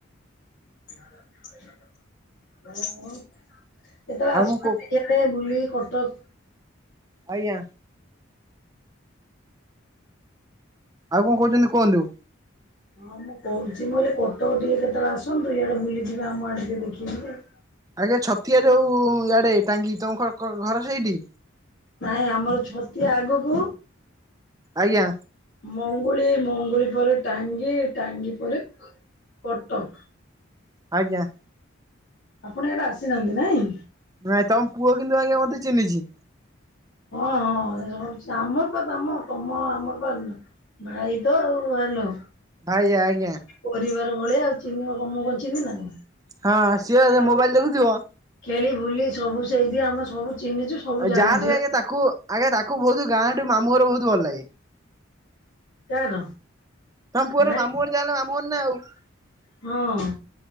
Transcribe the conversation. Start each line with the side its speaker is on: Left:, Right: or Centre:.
Left: କେତେବେଳେ ଆସୁନାହାଁନ୍ତି
Right: ଆଉ କଣ କ
Left: ଟିକେ <unintelligible> ତେ ବୁଲି କଟକ
Right: ଆଜ୍ଞା। ଆଉ କଣ କହୁଛନ୍ତି କୁହନ୍ତୁ?
Left: ହଁ ମୁଁ କହୁଛି ମୁଁ କହିଲି କଟକ ଟିକେ କେତେବେଳେ ଆସନ୍ତୁ ଇଆଡେ ବୁଲିଯିବେ ଆମ ଆଡେ ଟିକେ ଦେଖିଯିବେ <inaudible>
Right: ଆଜ୍ଞା ଛତିଆ ଯୋଉ ଇଆଡେ ଟାଙ୍ଗି ତମର ଘର ସେଇଠି
Left: ନାଇଁ ଆମର ଛତିଆ ଆଗକୁ
Right: ଆଜ୍ଞା।
Left: ମଙ୍ଗୁଳି ମଙ୍ଗୁଳି ପରେ ଟାଙ୍ଗି ଟାଙ୍ଗି ପରେ କଟକ
Right: ଆଜ୍ଞା।
Left: ଆପଣ ଏଇଟା ଆସିନାହାନ୍ତି ନାଇଁ
Right: ନାଇଁ ପୁଅ କିନ୍ତୁ ଆଜ୍ଞା ମତେ ଚିନ୍ହିଛି।
Left: ହଁ ହଁ ସେ! !!!!!!!!! ଆମର ବା ତମ ତମ ଆମର ପା ଭାଇ ତଉ ଆଲୋ
Right: ଭାଇ ଆଜ୍ଞା।
Left: ପରିବାର ଭଳିଆ ଆଉ ଚିହ୍ନିବ କ ମୁ କଣ ଚିହ୍ନି ନା କଣ?
Right: ହଁ ସିଏ
Left: ଆମେ
Right: ମୋବାଇଲ ଦେଖୁଥିବ।
Left: ଖେଳି ବୁଲି ସବୁ ସେଇଠି ଆମ ସବୁ ଚିହ୍ନିଛୁ। ସବୁ
Right: ଆ
Left: ଜାଣିଛୁ ହେ
Right: ଯାହା ହ ପୁଅର ମାମୁଁର ଯାହାଲେ
Left: କାର
Right: ମାମୁଁ ଘର
Left: ଭାଇ
Right: ନା ଆଉ।
Left: ହଁ।